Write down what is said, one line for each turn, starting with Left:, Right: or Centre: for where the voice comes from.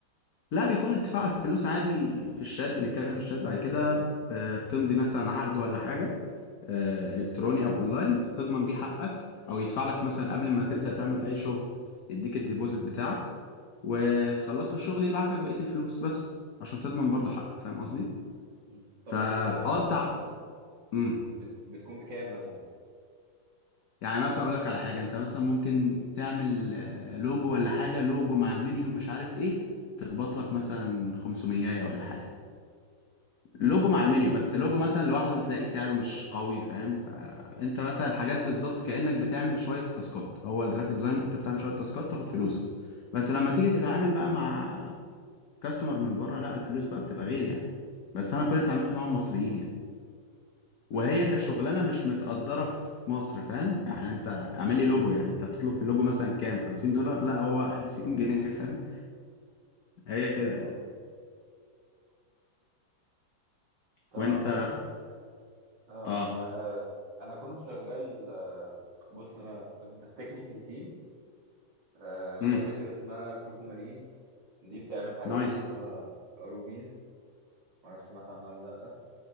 Left: لا بيكون الاتفاق على الفلوس عادي في الشات بنتكلم في الشات بعد كده ب- بتمضي مثلا عقد ولا حاجه آه، الكتروني او اونلاين تضمن بيه حقك او يدفع لك مثلا قبل ما تبدا تعمل اي شغل يديك الديبوزيت بتاعك وتخلص له الشغل يبعت لك بقيه الفلوس بس عشان تضمن برضه حقك فاهم قصدي
Right: مم. طب
Left: فاقطع
Right: والشغلانه بتكون
Left: امم
Right: بت... بتكون بكام مثلا
Left: يعني مثلا اقول لك على حاجه انت مثلا ممكن تعمل آه، لوجو ولا حاجه لوجو مع المنيو مش عارف ايه تخبط لك مثلا 500 ولا حاجه لوجو
Right: اه
Left: مع المنيو
Right: فاهم.
Left: بس لوجو مثلا لوحده هتلاقي سعره مش قوي فاهم فانت مثلا الحاجات بالظبط كانك بتعمل شويه تاسكات هو الجرافيك ديزاين انت بتعمل شويه تاسكات تاخد فلوسك بس لما تيجي تتعامل بقى مع كاستمر من بره لا الفلوس بقى بتبقى غير يعني بس انا كل اللي اتعاملت معاهم مصريين يعني وهي
Right: ايوه ايوه
Left: كشغلانه
Right: بس
Left: مش متقدره في مصر فاهم يعني انت اعمل لي لوجو يعني انت هتطلب في اللوجو مثلا كام 50 دولار لا هو 50 جنيه <laughs> فاهم هي كده
Right: فاهم
Left: يعني
Right: قصدك. طبعا
Left: وانت
Right: مثلا اه
Left: اه
Right: آه، انا كنت شغال آه، بص انا كنت في تكنيكال تيم آه، شركة
Left: امم
Right: كده اسمها كروكو مارين دي بتعمل حاجة
Left: نايس
Right: اسمها روبيز معرفش سمعت عنها ولا لأ